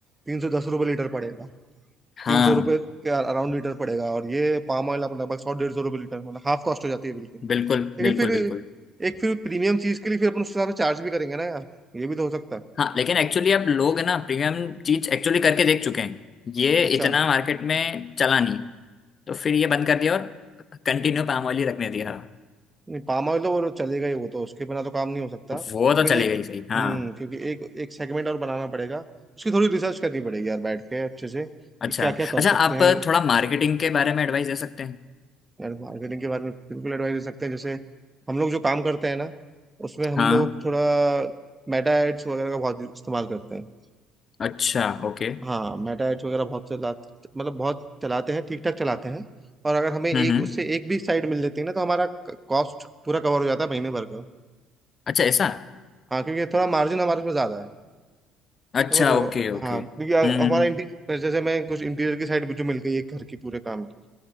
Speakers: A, on the right; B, on the left.
A: तीन सौ दस रुपये लीटर पड़ेगा
B: हाँ
A: तीन सौ रुपये के अराउंड लीटर पड़ेगा और ये पाम ऑयल आपको लगभग सौ डेढ़ सौ रुपये लीटर मतलब हाफ कॉस्ट हो जाती है बिल्कुल
B: बिल्कुल
A: लेकिन
B: बिल्कुल
A: फिर
B: बिल्कुल
A: एक फिर प्रीमियम चीज़ के लिए फिर अपन उस हिसाब से चार्ज भी करेंगे ना यार ये भी तो हो सकता है
B: हाँ लेकिन एक्चुअली अब लोग है ना प्रीमियम चीज एक्चुअली करके देख चुके हैं ये
A: अच्छा
B: इतना मार्केट में चला नहीं तो फिर ये बंद कर दिया और कंटिन्यू पाम ऑयल ही रखने दिया
A: नहीं पाम ऑयल तो वो चलेगा ही वो तो उसके बिना तो काम नहीं हो सकता लेकिन
B: वो तो चली
A: एक
B: गई सही हाँ
A: हम्म क्योंकि एक एक सेगमेंट और बनाना पड़ेगा उसकी थोड़ी रिसर्च करनी पड़ेगी यार बैठ के अच्छे से
B: अच्छा
A: कि क्या क्या कर
B: अच्छा
A: सकते
B: आप
A: हैं
B: थोड़ा मार्केटिंग के बारे में एडवाइस दे सकते हैं
A: यार मार्केटिंग के बारे में बिल्कुल एडवाइस दे सकते हैं जैसे हम लोग जो काम करते हैं ना उसमें हम
B: हाँ
A: लोग थोड़ा मेटा एड्स वगैरह का बहुत इस्तेमाल करते हैं
B: अच्छा ओके
A: हाँ मेटा एड्स वगैरह बहुत चलाते मतलब बहुत चलाते हैं ठीक ठाक चलाते हैं और अगर हमें एक
B: हम्म हम्म
A: उससे एक भी साइड मिल जाती है ना तो हमारा कॉस्ट पूरा कवर हो जाता है महीने भर का
B: अच्छा ऐसा
A: हाँ क्योंकि थोड़ा मार्जिन हमारे पास ज्यादा है
B: अच्छा
A: समझ रहे
B: ओके
A: हो
B: ओके
A: हाँ
B: हम्म
A: क्योंकि अ- हमारा
B: हम्म
A: इंटी- जैसे मैं कुछ इंटीरियर की साइड मुझे मिल गई एक घर की पूरे काम की